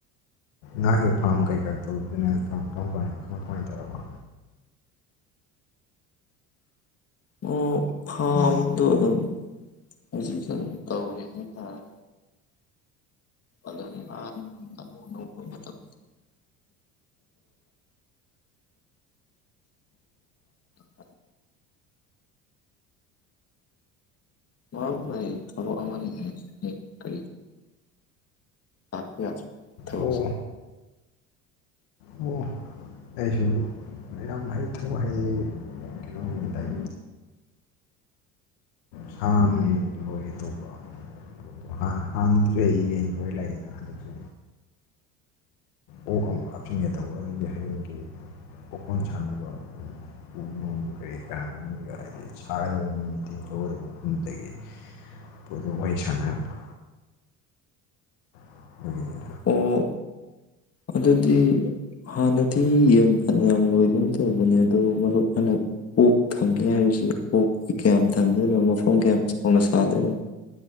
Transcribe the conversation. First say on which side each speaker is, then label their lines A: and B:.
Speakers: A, on the left; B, on the left.
A: ꯉꯥꯒꯤ ꯐꯥꯔ꯭ꯝ ꯀꯩꯀꯥ ꯇꯧꯕꯗꯨꯅ꯫ ꯀꯝꯀꯥꯏ ꯀꯃꯥꯏ ꯀꯃꯥꯏ ꯇꯧꯔꯕ꯫
B: ꯑꯣ ꯐꯥꯝꯗꯣ ꯑꯗꯨꯝ ꯍꯧꯖꯤꯛꯁꯨ ꯑꯗꯨꯝ ꯇꯧꯋꯦ ꯍꯥꯏꯇꯥꯔꯦ ꯑꯗꯨ ꯑꯅꯧ ꯑꯅꯧꯕ ꯃꯇꯝ꯫ <inaudible> ꯃꯍꯥꯛ ꯊꯕꯛ ꯑꯃꯅꯤ ꯀ <inaudible> ꯊꯕꯛꯁꯦ꯫
A: ꯑꯣ ꯑꯣ ꯑꯩꯁꯨ ꯌꯥꯝ ꯍꯩ ꯊꯕꯛ ꯍꯩ ꯀꯩꯅꯣꯒꯤ ꯇꯥꯏ꯫ ꯁꯥ ꯑꯃꯅꯤ ꯂꯣꯏꯒꯦ ꯇꯧꯕ ꯄꯣꯠꯇꯣ ꯍꯥꯟꯅ ꯍꯥꯟꯅꯗꯤ ꯑꯩ ꯌꯦꯟ ꯂꯣꯏ ꯂꯥꯛꯏꯗꯅ ꯍꯟꯗꯛꯁꯨ ꯑꯣꯛ ꯑꯃꯨꯛ ꯍꯥꯞꯆꯤꯟꯒꯦ ꯇꯧꯕ ꯑꯗꯨꯒꯤ ꯍꯌꯦꯡꯒꯤ ꯑꯣꯀꯣꯟ ꯁꯥꯟꯅꯕ ꯎ ꯅꯣꯡ ꯀꯔꯤ ꯀꯔꯥ ꯍꯥꯏꯗꯤ ꯁꯥꯒꯗꯕ ꯃꯤ ꯃꯇꯦꯡ꯫ ꯂꯧꯒꯗꯕ ꯃꯐꯝꯗꯨꯗꯒꯤ ꯄꯣꯠꯇꯣ ꯋꯥꯔꯤ ꯁꯥꯟꯅꯔꯛꯄ꯫ <unintelligible>
B: ꯑꯣ ꯑꯗꯨꯗꯤ ꯍꯥꯟꯅꯗꯤ ꯌꯦꯟ ꯐꯅ꯭ꯌꯥꯝ ꯂꯣꯏꯒꯨꯝ ꯇꯧꯕꯅꯦ ꯑꯗꯨꯕꯨ ꯃꯔꯨꯞ ꯅꯪꯅ ꯑꯣꯛ ꯊꯝꯅꯤ ꯍꯥꯏꯔꯤꯁꯤ ꯑꯣꯛ ꯀꯌꯥꯝ ꯊꯝꯗꯣꯏꯅꯣ ꯃꯐꯝ ꯀꯌꯥꯝ ꯆꯥꯎꯅ ꯁꯥꯗꯣꯏꯅꯣ